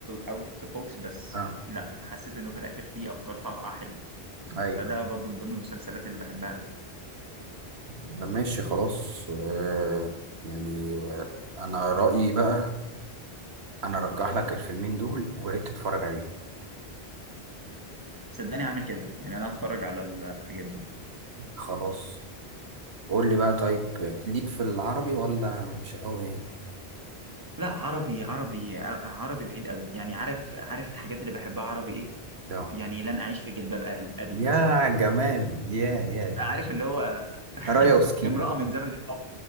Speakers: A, on the right; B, on the right.
A: اوت اوف ذا بوكس بس
B: اه
A: لا حسيت انه في الاخر فيه افكار طالعه حلوه
B: ايوه
A: فده
B: ايوه
A: برضو من ضمن المسلسلات اللي بحبها قوي
B: ده ماشي خلاص آه يعني آه انا رأيي بقى انا ارجح لك الفيلمين دول وريت تتفرج عليهم
A: صدقني هعمل كده يعني انا هتفرج على الحاجات دي
B: خلاص قول لي بقى طيب ليك في العربي ولا مش قوي يعني
A: لا عربي عربي ع- عربي بعيد قوي يعني عارف عارف الحاجات اللي بحبها عربي ايه
B: آه.
A: يعني لن اعيش في جلباب أل- ابي
B: يا
A: مثلا
B: جمال يا يا يا
A: عارف اللي هو <laughs>
B: رايا وسكينة
A: امرأة من زمن الحب